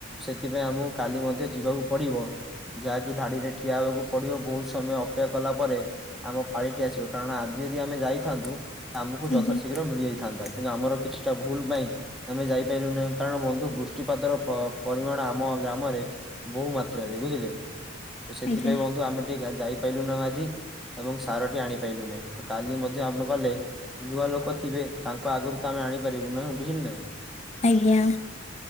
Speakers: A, in the centre; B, on the left (about 35°).
A: ସେଥିପାଇଁ ଆମକୁ କାଲି ମଧ୍ୟ ଯିବାକୁ ପଡିବ। ଯାହାକି ଧାଡିରେ ଠିଆ ହେବାକୁ ପଡିବ ବହୁତ ସମୟ ଅ ଅପେକ୍ଷା କଲା ପରେ ଆମ ପାଳିଟି ଆସିବ କାରଣ ଆଜି ଯଦି ଆମେ ଯାଇଥାନ୍ତୁ ଆମକୁ
B: ଆଜ୍ଞା
A: ଯଥାଶୀଘ୍ର ମିଳିଯାଇଥାନ୍ତା କିନ୍ତୁ ଆମର କିଛିଟା ଭୁଲ ପାଇଁ ଆମେ ଯାଇପାରିଲୁ ନାହିଁ କାରଣ ବନ୍ଧୁ ବୃଷ୍ଟିପାତର ପରିମାଣ ଆମ ଗ୍ରାମରେ ବୋହୁ ମାତ୍ରାରେ ବୁଝିଲେ ତ ସେଥିପାଇଁ
B: ଆଜ୍ଞା
A: ବନ୍ଧୁ ଆମେ ଟିକେ ଯାଇ ପାଇଲୁ ନାଁ ଆଜି ଏବଂ ସାରଟି ଆଣିପାଇଲୁ ନାହିଁ ତ କାଲି ମଧ୍ୟ ଆମେ ଗଲେ ନୂଆ ଲୋକ ଥିବେ ତାଙ୍କ ଆଗରୁ ତ ଆମେ ଆଣିପାରିବୁ ନାହିଁ ବୁଝିଲେ ନା।
B: ଆଜ୍ଞା।